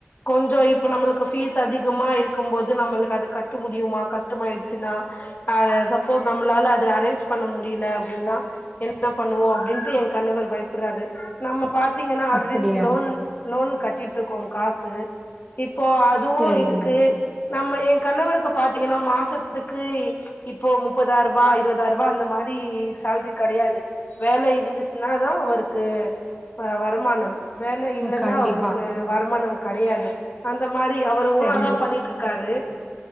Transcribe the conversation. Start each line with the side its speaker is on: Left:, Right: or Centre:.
Left: கொஞ்ச இப்ப நம்மளுக்கு ஃபீஸ் அதிகமா இருக்கும் போது நம்மளுக்கு அத கட்ட முடியுமா கஷ் ட்டமாயிடுச்சின்னா அ சப்போஸ் நம்மளால அது அரேஞ்ச் பண்ண முடியல அப்டின்னா என்ன பண்ணுவோ அப்டின்ட்டு என் கணவர் பயப்பர்றாரு நம்ம பாத்தீங்கன்னா ஆல்ரெடி
Centre: அப்படியா
Left: லோன் லோன் கட்டிக்கிட்ருக்கோ காசு இப்போ அதுவு
Centre: செரிங்க
Left: இருக்கு நம்ம எங் கணவருக்கு பாத்தீங்கன்னா மா சத்துக்கு இப்போ முப்பதாயி ரூபா இருபதாயி ரூபா அந்த மாரி சேல்ரி கெடையாது வேலை இருந்துச்சுன்னா தா அவருக்கு ஆ வருமானம் வேலை இல்லன்னா
Centre: ம் கண்டிப்பா
Left: அவருக்கு வருமானம் கெடையாது அந்த மாரி அவரு
Centre: செரிங்க
Left: ஓனா தா பண்ணிட்டு இருக்காரு